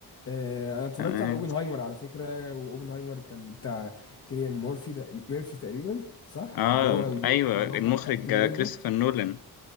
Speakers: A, on the left; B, on the left.
A: آه انا اتفرجت
B: تمام
A: على اوبنهايمر على فكره واوبنهايمر كان بتاع كيليان مورفي تق- ميرفي تقريبا صح
B: اه
A: اللي هو
B: ايوه
A: اللي
B: المخرج
A: هو كان بتاع بريكنج
B: آه،
A: باد
B: كريستوفر
A: ده
B: نولان